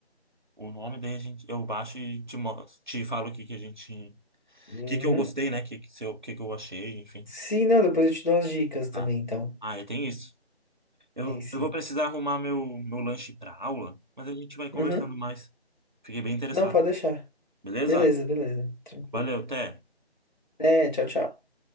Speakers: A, on the right; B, on the left.
A: o nome, daí a gente, eu baixo e te, mos- te falo o que que a gente.
B: Uhum.
A: O que que eu gostei, né? O que, que, se eu- o que que eu achei, enfim.
B: Sim, não, depois eu te dou umas dicas também,
A: Tá.
B: então.
A: Ah, é, tem isso. Eu,
B: Sim, sim.
A: eu vou precisar arrumar meu, meu lanche pra aula, mas a gente vai conversando
B: Uhum.
A: mais. Fiquei bem interessado.
B: Não, pode deixar.
A: Beleza?
B: Beleza, beleza. Tranquilo.
A: Valeu, até.
B: É, tchau, tchau.